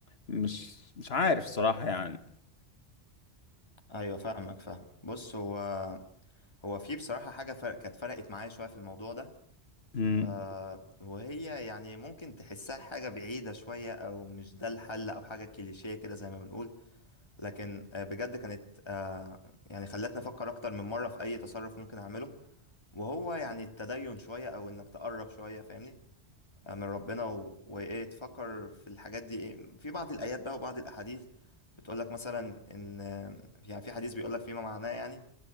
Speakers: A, on the left; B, on the left.
A: مش مش عارف صراحه يعني
B: ايوه فاهمك فاهمك بص هو هو في بصراحة حاجة فرق كانت فرقت معايا شوية في الموضوع ده
A: مم.
B: آه وهي يعني ممكن تحسها حاجة بعيدة شوية أو مش ده الحل أو حاجة كليشيه كده زي ما بنقول لكن آه بجد كانت آه يعني خلتني أفكر أكتر من مرة في أي تصرف ممكن أعمله وهو يعني التدين شوية أو إنك تقرب شوية فاهمني آه من ربنا و... وإيه تفكر في الحاجات دي إيه في بعض الآيات بقى وبعض الأحاديث بتقولك مثلا إن آه، يعني في حديث بيقولك فيما معناه يعني